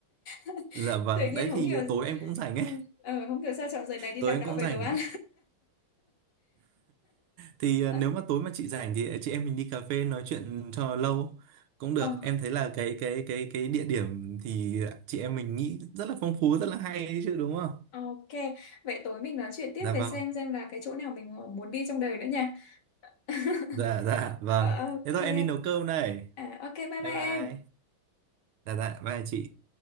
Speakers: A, on the left (about 55°); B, on the right (about 80°).
A: <laughs>
B: Dạ vâng,
A: tự nhiên
B: đấy
A: không
B: thì
A: hiểu
B: tối em cũng rảnh
A: ừ,
B: ấy.
A: ờ, không hiểu sao chọn giờ này đi
B: Tối
A: đàm
B: em
A: đạo
B: cũng
A: về
B: rảnh
A: đồ ăn
B: thì à,
A: <laughs>
B: nếu mà tối mà chị rảnh thì ờ, chị em mình đi cà phê nói chuyện cho lâu cũng được
A: Ờ,
B: em thấy là cái cái cái cái địa điểm thì chị em mình nghĩ rất là phong phú rất là hay đấy chứ đúng không
A: ờ, ok vậy tối mình nói chuyện tiếp
B: dạ
A: về
B: vâng
A: xem xem là cái chỗ nào mình muốn đi trong đời nữa nha <laughs>
B: dạ dạ vâng
A: Ờ, ok
B: thế thôi em đi nấu cơm đây
A: à, ok bye
B: bye
A: bye
B: bye
A: em
B: dạ dạ bye chị